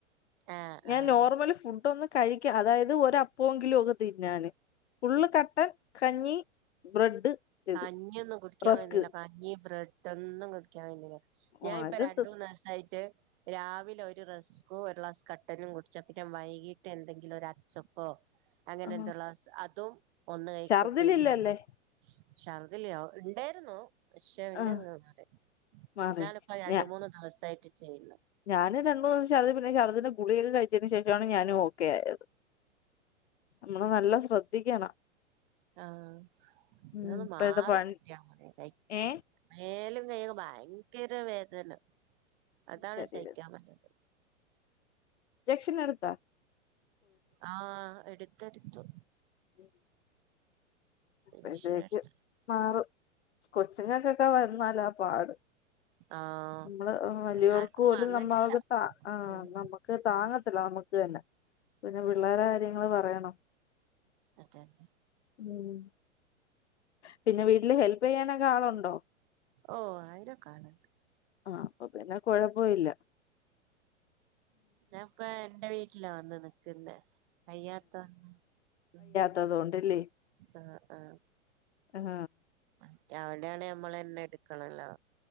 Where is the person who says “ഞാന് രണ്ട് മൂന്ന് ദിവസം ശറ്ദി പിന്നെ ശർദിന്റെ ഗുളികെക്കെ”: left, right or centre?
Left